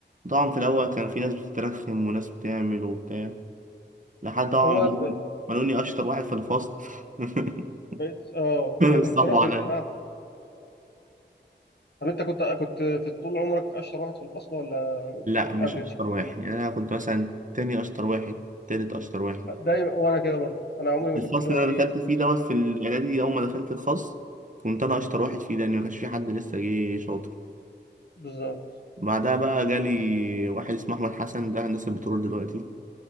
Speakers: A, on the right (about 45°); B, on the left (about 65°).
A: طبعا في الاول كان في ناس بتترخم وناس بتعمل وبتاع لحد طبعا
B: هو
A: ما لقوني
B: ب-
A: ما لقوني اشطر واحد في الفصل <laughs>
B: بقيت اه <laughs> انت
A: صعب
B: رحت
A: عليا
B: هناك بقى طب انت كنت كنت في طول عمرك اشطر واحد في الفصل ولا
A: لا
B: في
A: مش
B: الافريج
A: اشطر
B: كده
A: واحد
B: في النص
A: يعني انا كنت مثلا تاني اشطر واحد تالت اشطر واحد
B: دايما وانا كده برضه انا عمري ما
A: في الفصل
B: كنت اللي هو
A: اللي
B: الايه
A: انا دخلت فيه دوت في الاعدادي اول ما دخلت الخاص كنت انا اشطر واحد فيه لان ما كانش في حد لسه جه شاطر
B: بالظبط
A: بعدها بقى جالي واحد اسمه احمد حسن ده هندسه بترول دلوقتي